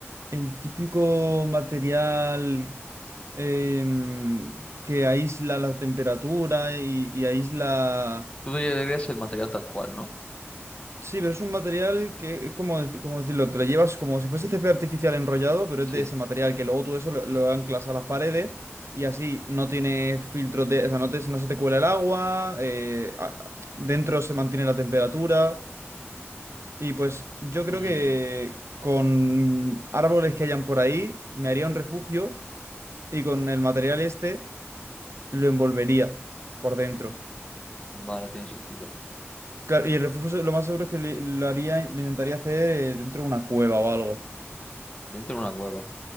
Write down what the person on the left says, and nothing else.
Tú te llevarías el material tal cual, ¿no?
Sí.
Mm,
vale, tiene sentido.
Dentro de una cueva.